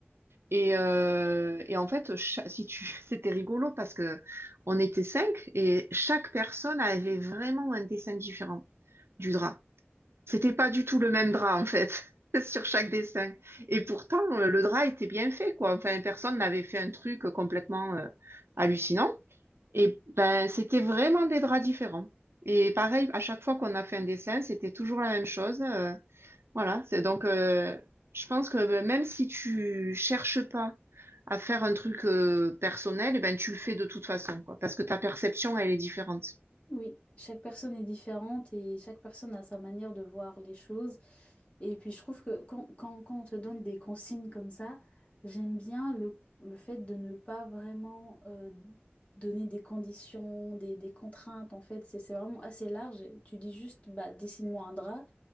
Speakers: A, on the right; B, on the left.
A: Et, euh, et en fait, cha- si tu... <laughs> c'était rigolo parce que on était cinq et chaque personne avait vraiment un dessin différent du drap. C'était pas du tout le même drap, en fait, <laughs> sur chaque dessin. Et pourtant, euh, le drap était bien fait, quoi. Enfin, personne n'avait fait un truc complètement euh, hallucinant. Et ben, c'était vraiment des draps différents. Et pareil, à chaque fois qu'on a fait un dessin, c'était toujours la même chose. euh, voilà. C'est donc, euh, je pense que ben, même si tu cherches pas à faire un truc euh, personnel, eh ben, tu le fais de toute façon, quoi. Parce que ta perception, elle est différente.
B: Oui, chaque personne est différente et chaque personne a sa manière de voir les choses. Et puis je trouve que quand, quand, quand on te donne des consignes comme ça, j'aime bien le, le fait de ne pas vraiment euh, donner des conditions, des, des contraintes. En fait, c'est c'est vraiment assez large. Tu dis juste, bah, dessine-moi un drap.